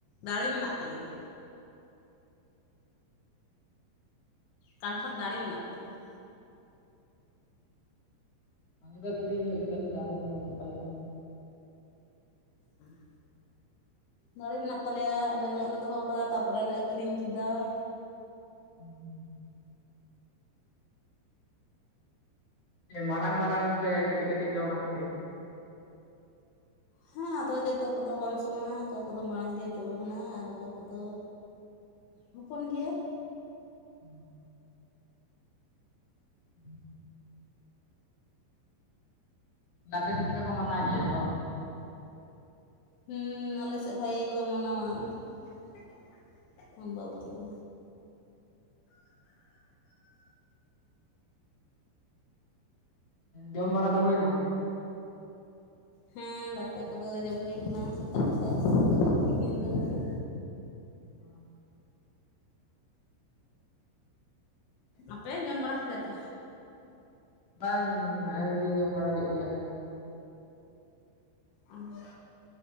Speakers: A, on the left; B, on the left.
A: ᱫᱟᱲᱮ ᱢᱮᱱᱟᱜ ᱛᱟᱞᱮᱭᱟ ᱠᱟᱱᱴᱷᱟᱲ ᱫᱟᱲᱮ ᱢᱮᱱᱟᱜ ᱛᱟᱞᱮᱭᱟ
B: ᱟᱞᱮ ᱫᱚ ᱠᱤᱨᱤᱧ ᱦᱩᱭᱩᱜ ᱜᱮᱛᱟᱞᱮᱭᱟ ᱫᱟᱨᱮ ᱱᱟᱲᱮ ᱵᱟᱹᱱᱩᱜ ᱛᱟᱞᱮᱭᱟ ᱾
A: ᱩᱸ ᱫᱟᱲᱮ ᱢᱮᱱᱟᱜ ᱛᱟᱞᱮᱭᱟ ᱟᱞᱮ ᱞᱟᱜ ᱞᱮ ᱫᱚᱦᱚ ᱟᱠᱟᱫᱟ ᱛᱟᱯᱚᱨᱮᱞᱮ ᱟᱠᱷᱨᱤᱧ ᱠᱮᱫᱟ ᱾
B: ᱦᱩᱸ ᱢᱟᱨᱟᱝ ᱢᱟᱨᱟᱝ ᱥᱮ ᱠᱟᱹᱴᱤᱡ ᱠᱟᱹᱴᱤᱡ ᱡᱚ ᱠᱟᱱ ᱛᱟᱯᱭᱟ?
A: ᱦᱮᱸ ᱟᱫᱚ ᱡᱚᱛᱚ ᱠᱚᱫᱚ ᱵᱟᱝ ᱥᱚᱢᱟᱱᱟ ᱚᱠᱟ ᱠᱚᱫᱚ ᱢᱟᱲᱟᱝ ᱜᱮ ᱡᱚ ᱠᱟᱱᱟ ᱟᱨ ᱚᱠᱟ ᱠᱚᱫᱚ ᱦᱚᱯᱚᱱ ᱜᱮᱭᱟ ᱾
B: ᱦ ᱦᱮᱸ ᱱᱟᱯᱮ ᱥᱮ ᱪᱮᱠᱟ ᱠᱚ ᱢᱟᱱᱟ ᱜ ᱜᱮᱭᱟ ᱟᱵᱟᱵᱩᱛᱮ?
A: ᱦᱮᱸ ᱟᱞᱮ ᱥᱮᱫ ᱵᱷᱟᱹᱜᱮ ᱜᱮᱠᱚ ᱢᱟᱱᱟᱣᱟ ᱾ ᱟᱢᱵᱟᱵᱚᱛᱤ ᱫᱚ
B: ᱡᱚᱢ ᱵᱟᱲᱟ ᱫᱚ ᱦᱩᱭᱱᱟ?
A: ᱦᱮᱸ ᱫᱟᱠᱟ ᱠᱚᱫᱚ ᱡᱚᱢ ᱦᱩᱭ ᱠᱟᱱᱟ ᱥᱮᱛᱟᱜ ᱫᱚ, ᱛᱤᱠᱤᱱ ᱫᱚ ᱟᱣᱨᱤ
B: <inaudible>
A: ᱟᱯᱮ, ᱡᱚᱢ ᱵᱟᱲᱟ ᱠᱮᱫᱟ ᱯᱮ?
B: ᱵᱟᱝ ᱟᱹᱣᱨᱤ ᱡᱚᱢ ᱵᱟᱲᱟᱭ ᱦᱩᱭᱩᱜ ᱜᱮᱭᱟ᱾
A: ᱚᱸ